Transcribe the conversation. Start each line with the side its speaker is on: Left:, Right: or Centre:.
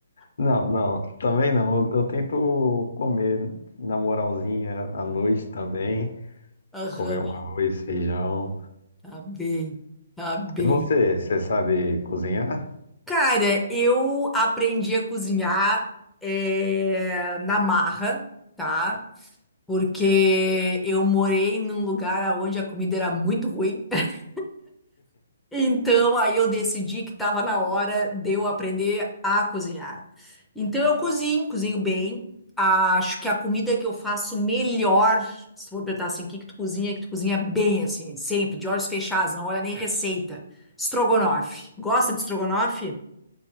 Left: Não, não, também não. Eu, eu tento comer na moralzinha à noite também.
Centre: Aham.
Left: Comer um arroz, feijão.
Centre: Tá bem, tá bem.
Left: E você, você sabe cozinhar?
Centre: Cara, eu aprendi a cozinhar eh, na marra, tá? Porque eu morei num lugar onde a comida era muito ruim. <laughs> Então, aí eu decidi que estava na hora de eu aprender a cozinhar. Então, eu cozinho, cozinho bem. Acho que a comida que eu faço melhor, se tu for perguntar assim, o que que tu cozinha, que tu cozinha bem, assim, sempre, de olhos fechados, não olha nem receita. Estrogonofe. Gosta de estrogonofe?